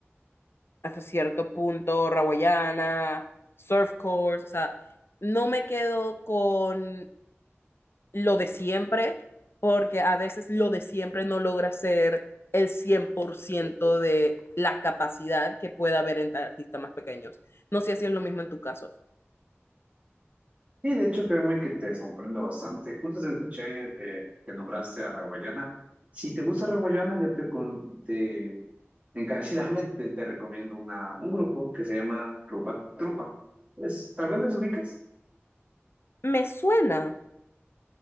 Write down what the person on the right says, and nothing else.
Y de hecho, créeme que te comprendo bastante. Justo te escuché eh, que nombraste a Raguayana. Si te gusta Raguayana, yo te, con- te Encarecidamente te recomiendo una, un grupo que se llama Rupa Trupa. Es, tal vez les ubicas.